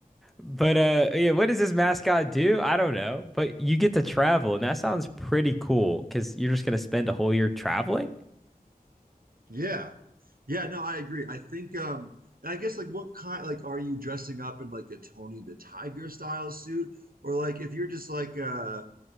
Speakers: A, in the centre; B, on the right.
A: But uh, yeah, what does this mascot do? I don't know. But you get to travel, and that sounds pretty cool because you're just gonna spend a whole year traveling.
B: Yeah. Yeah, no, I agree. I think um and I guess like what kind like are you dressing up in like a Tony the Tiger style suit or like if you're just like uh